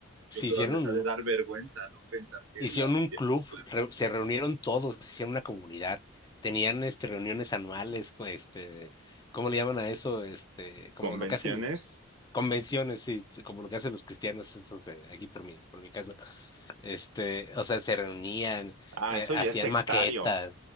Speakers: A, on the left; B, on the right.
A: se
B: yo creo
A: hicieron
B: les ha de dar vergüenza, ¿no? Pensar que
A: Hicieron
B: la
A: un
B: Tierra
A: club,
B: es plana.
A: re- se reunieron todos, hicieron una comunidad, tenían este, reuniones anuales, co- este, ¿cómo le llaman a eso? Este, como
B: Convenciones.
A: lo que hacen los convenciones, sí, como lo que hacen los cristianos, esos de aquí por mi, por mi casa. Este, o sea, se reunían,
B: Ah,
A: eh,
B: eso
A: hacían
B: ya es sectario.
A: maquetas.